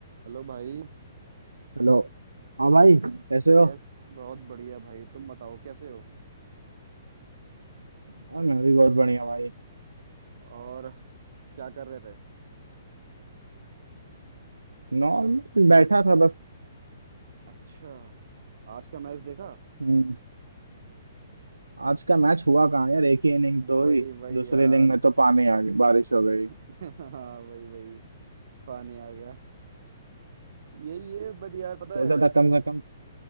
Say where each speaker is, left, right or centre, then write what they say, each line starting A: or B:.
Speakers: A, on the right (about 60°); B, on the right (about 85°).
A: Hello भाई
B: Hello हाँ भाई कैसे हो
A: कैस बहुत बढ़िया भाई तुम बताओ कैसे हो
B: हाँ मैं भी बहुत बढ़िया भाई
A: और क्या कर रहे थे
B: नॉर्मल बैठा था बस
A: अच्छा आज का मैच देखा
B: हम्म, आज का मैच हुआ कहाँ यार एक ही इनिंग तो
A: वही
B: हुई
A: वही
B: दूसरे
A: यार
B: इनिंग में तो पानी आ गई बारिश
A: <laughs>
B: हो गई
A: हाँ वही वही पानी आ गया <laughs> यही है बट यार पता
B: सोचा
A: है
B: था कम से कम